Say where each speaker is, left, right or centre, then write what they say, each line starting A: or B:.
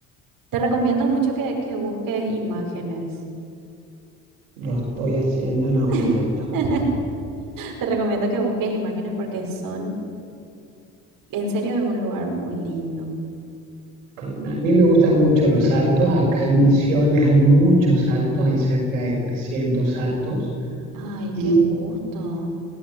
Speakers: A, on the right (about 60°); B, on the right (about 85°).
A: Te recomiendo mucho que, que busques imágenes.
B: lo estoy haciendo en algún
A: <laughs>
B: momento.
A: Te recomiendo que busques imágenes porque son, en serio, es un lugar muy lindo.
B: Eh, A mí me gustan mucho los saltos, acá en Misiones hay muchos saltos, hay cerca de 300 saltos
A: Ay,
B: y
A: qué gusto.